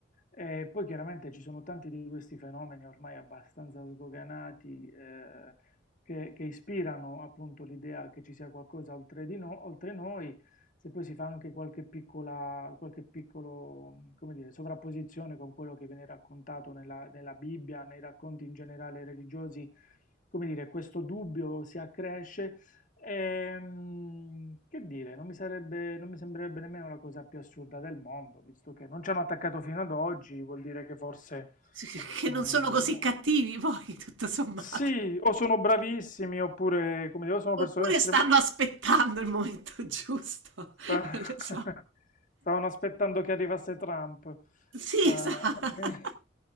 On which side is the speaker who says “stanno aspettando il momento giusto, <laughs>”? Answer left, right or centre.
Right